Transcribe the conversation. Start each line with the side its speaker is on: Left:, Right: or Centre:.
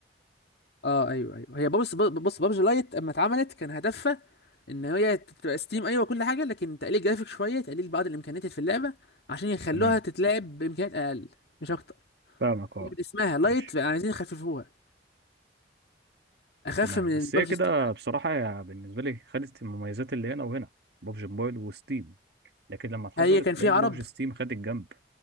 Left: اه ايوه ايوه هي بص بص بابجي لايت اما اتعملت كان هدفها ان هي تبقى ستيم ايوه كل حاجه لكن تقليل جرافيك شويه تقليل بعض الامكانيات اللي في اللعبه عشان يخلوها
Right: تمام
Left: تتلعب بامكانيات اقل مش اكتر
Right: فاهمك أه
Left: دي من اسمها لايت
Right: ماشي
Left: عايزين يخففوها اخف
Right: تمام
Left: من
Right: بس
Left: بابجي
Right: هي كده
Left: ستيم اللي عليها.
Right: بصراحة يا- بالنسبة لي خدت المميزات اللي هنا وهنا بابجي موبايل وستيم لكن لما اتحصلت
Left: هي كان فيها
Right: لقيت
Left: عرب
Right: بابجي ستيم خد الجنب